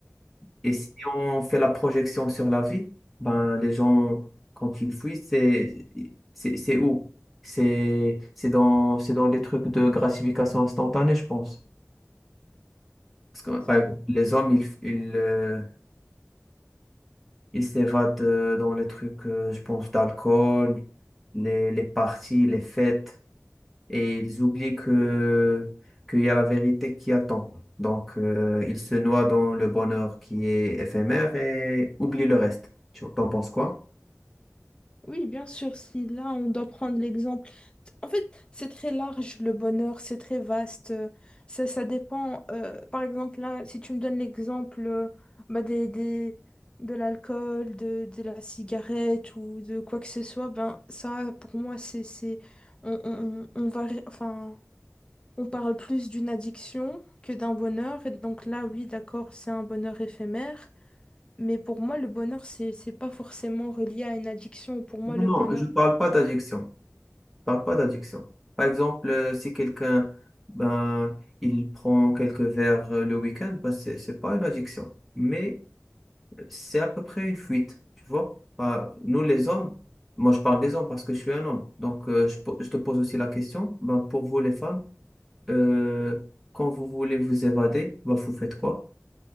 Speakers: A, in the centre; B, on the left (about 20°).
A: et
B: Oui,
A: si on fait la projection sur la vie, ben, les gens, quand ils fuient, c'est, c'est, c'est où? C'est, c'est dans, c'est dans les trucs de gratification instantanée, je pense. Parce que,
B: c'est
A: par
B: vrai.
A: exemple, les hommes, ils, ils, euh, ils s'évadent euh, dans les trucs, euh, je pense, d'alcool, les, les parties, les fêtes, et ils oublient que, qu'il y a la vérité qui attend. Donc, euh, ils se noient dans le bonheur qui est éphémère et oublient le reste. Tu- T'en penses quoi?
B: Oui, bien sûr, si là on doit prendre l'exemple. En fait, c'est très large le bonheur, c'est très vaste. euh, Ça, ça dépend. euh, par exemple, là, si tu me donnes l'exemple euh, bah, des, des- de l'alcool, de, de la cigarette ou de quoi que ce soit, ben ça, pour moi, c'est, c'est, on, on, on va, ré- enfin, on parle plus d'une addiction que d'un bonheur. Et donc là, oui, d'accord, c'est un bonheur éphémère. Mais pour moi, le bonheur, c'est, c'est pas forcément relié à une addiction. Pour moi,
A: Non,
B: le
A: non,
B: bonheur,
A: je ne parle pas d'addiction. Je parle pas d'addiction. Par exemple, euh, si quelqu'un, ben, il prend quelques verres euh, le week-end, ben, c'est, c'est pas une addiction. Mais euh, c'est à peu près une fuite, tu vois. Ben, nous, les hommes, moi, je parle des hommes parce que je suis un homme. Donc, euh, je, po- je te pose aussi la question, ben, pour vous, les femmes, euh, quand vous voulez vous évader, ben, vous faites quoi?